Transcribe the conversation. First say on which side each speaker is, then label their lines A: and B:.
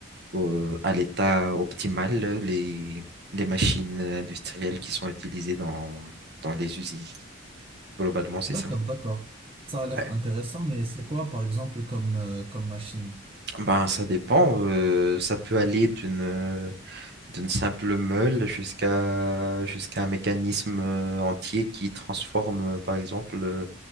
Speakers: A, on the right; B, on the right.
A: euh, à l'état optimal les, les machines industrielles qui sont utilisées dans dans les usines. Globalement, c'est
B: D'accord,
A: ça.
B: d'accord. Ça a l'air
A: Ouais.
B: intéressant, mais c'est quoi, par exemple, comme, euh, comme machine?
A: Ben, ça dépend. euh, ça peut aller d'une euh, d'une simple meule jusqu'à jusqu'à un mécanisme euh, entier qui transforme, euh, par exemple, euh,